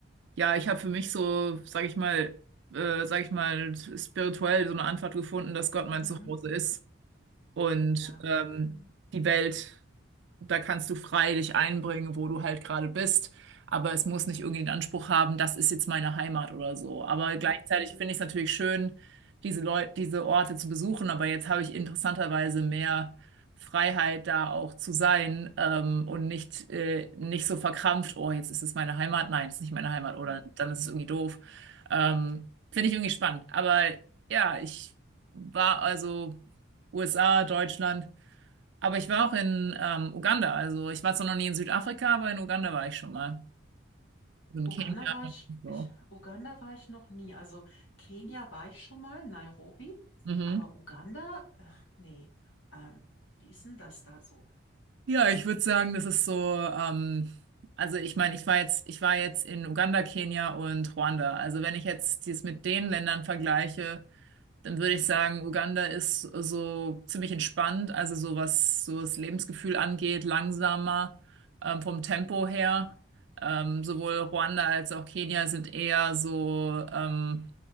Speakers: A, on the right (about 60°); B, on the left (about 70°).
A: ja, ich habe für mich so, sage ich mal, äh, sage ich mal, spirituell so eine Antwort gefunden, dass Gott mein
B: mhm,
A: Zuhause ist und
B: ja.
A: ähm,
B: Mhm,
A: die Welt. Da kannst du frei dich einbringen, wo du halt gerade bist. Aber es muss nicht irgendwie den Anspruch haben, das ist jetzt meine Heimat oder so. Aber
B: mhm,
A: gleichzeitig
B: mhm,
A: finde ich es natürlich schön, diese Leute, diese Orte zu besuchen. Aber jetzt habe ich interessanterweise mehr Freiheit, da auch zu sein, ähm, und nicht, äh, nicht so verkrampft, oh, jetzt ist es meine Heimat. Nein, es ist nicht meine Heimat. Oder
B: mhm.
A: dann ist es irgendwie doof. Ähm, finde ich irgendwie spannend. Aber ja, ich war also USA, Deutschland. Aber ich war auch in ähm, Uganda. Also ich war zwar noch nie in Südafrika, aber in Uganda war ich schon mal. Und in
B: Uganda
A: Kenia.
B: war
A: und
B: ich,
A: So.
B: ich, Uganda war ich noch nie. Also Kenia war ich schon mal, Nairobi,
A: Mhm.
B: aber Uganda, äh, nee. Ähm, wie ist denn das da so?
A: Ja, ich würde sagen, das ist so, ähm, also ich meine, ich war jetzt, ich war jetzt in Uganda, Kenia und Ruanda. Also wenn ich jetzt dies mit den Ländern vergleiche, dann würde ich sagen, Uganda ist so ziemlich entspannt, also so was so das Lebensgefühl angeht, langsamer, ähm, vom Tempo her. Ähm, sowohl Ruanda als auch Kenia sind eher so, ähm,